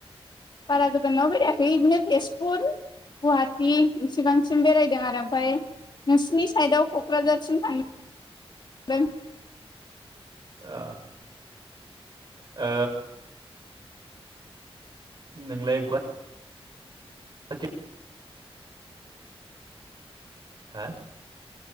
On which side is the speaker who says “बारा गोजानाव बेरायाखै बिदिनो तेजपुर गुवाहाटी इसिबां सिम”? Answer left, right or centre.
Left